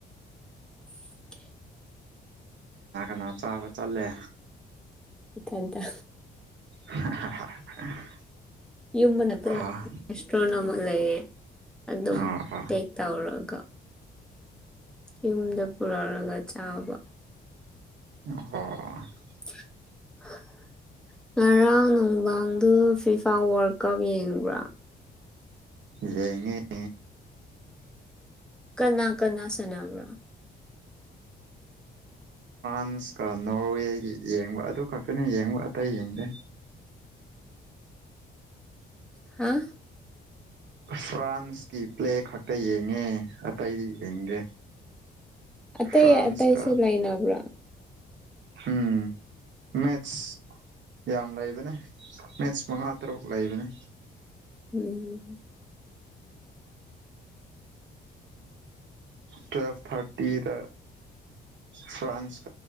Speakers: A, in the centre; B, on the right.
A: <unintelligible>
B: ꯈꯣꯆꯥꯒ ꯆꯠꯂꯦ
A: ꯏꯊꯟꯇꯥ
B: <unintelligible>
A: ꯌꯨꯝ ꯃꯅꯥꯛꯇꯥ
B: ꯍꯥ
A: ꯔꯦꯁꯇꯨꯔꯦ꯭ꯟꯠ ꯑꯃ ꯂꯩꯑꯦ ꯑꯗꯨꯝ
B: ꯑꯣ ꯍꯣ
A: ꯄꯦꯛ ꯇꯧꯔꯒ ꯌꯨꯝꯗ ꯄꯨꯔꯛꯔꯥꯒ ꯆꯥꯕ
B: ꯑꯣ ꯍꯣ
A: <unintelligible> ꯉꯔꯥꯡ ꯅꯨꯡꯗꯥꯡꯗꯨ ꯐꯤꯐꯥ ꯋꯥꯔꯜ ꯀꯞ ꯌꯦꯡꯕ꯭ꯔꯥ
B: ꯌꯦꯡꯉꯤ
A: ꯀꯅꯥ ꯀꯅꯥ ꯁꯅꯥꯕ꯭ꯔ
B: ꯐꯔꯥ꯭ꯟꯁꯀꯥ ꯅꯣꯔꯋꯦꯒꯤ ꯌꯦꯡꯕ ꯑꯗꯨ ꯈꯛꯇꯅꯤ ꯌꯦꯡꯕ ꯑꯇꯩ ꯌꯦꯡꯗꯦ
A: ꯍꯥ
B: ꯐ꯭ꯔꯥꯟꯁꯀꯤ ꯄ꯭ꯂꯦ ꯈꯛꯇ ꯌꯦꯡꯉꯦ ꯑꯇꯩꯗꯤ ꯌꯦꯡꯗꯦ
A: ꯑꯇꯩ
B: ꯐ꯭ꯔꯥꯟꯁꯀꯥ
A: ꯑꯇꯩꯁꯨ ꯂꯩꯅꯕ꯭ꯔꯥ
B: ꯎꯝ ꯃꯦꯠ꯭ꯁ ꯌꯥꯝ ꯂꯩꯕꯅꯦ ꯃꯦꯠ꯭ꯁ ꯃꯉꯥ ꯇꯥꯔꯨꯛ ꯂꯩꯕꯅꯦ
A: ꯎꯝ
B: ꯇꯨꯋꯦꯜꯞ ꯊꯥꯔꯇꯤꯗ ꯐ꯭ꯔꯥꯟꯁ